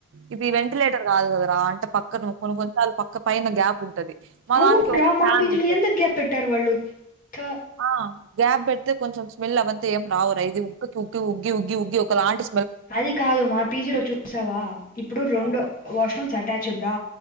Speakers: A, on the right; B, on the left.
A: ఇది వెంటిలేటర్ కాదు కద అలా అంట పక్కను కొ కొన్నీ సార్లు ఒక పైన గ్యాప్ ఉంటది మా
B: అవును
A: దానికి
B: రా
A: ఒక
B: మా
A: ఫ్యాన్
B: పీతిలు
A: ఉంటది.
B: ఎంతకు గ్యాప్ పెట్టారు వాళ్ళు త
A: ఆ గ్యాప్ పెడితే కొంచెం స్మెల్ అవ్వంతే ఏం రావురా ఇది ఉకి ఉక్కి ఉగ్గి ఉగ్గి ఉగ్గి ఒక లాంటి
B: అది కాదు మా పీజీలో చూసావా ఇప్పుడు రెండు
A: ఆ!
B: వాష్రూమ్ అట్యాచ్ ఉందా